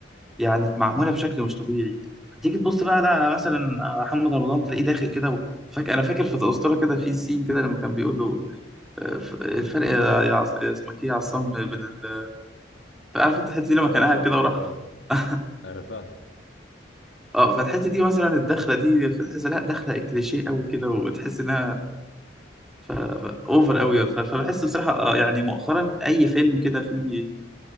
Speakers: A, in the centre; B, on the left.
A: يعني معموله بشكل مش طبيعي فتيجي تبص بقى على مثلا محمد رمضان تلاقيه داخل كده فاكر انا فاكر في الاسطوره كده في سين كده لما كان بيقول له آه، ف- الفرق يا عص- اسمك ايه يا عصام بين ال... عارف انت الحته دي لما
B: اه
A: كان قاعد كده وراح
B: اه
A: <laughs>
B: انا فاهم
A: اه فالحته دي مثلا الدخله دي فتحس لا دخله كليشيه قوي كده وتحس انها ف... اوفر قوي ف... فبحس بصراحه آه، يعني مؤخرا اي فيلم كده فيه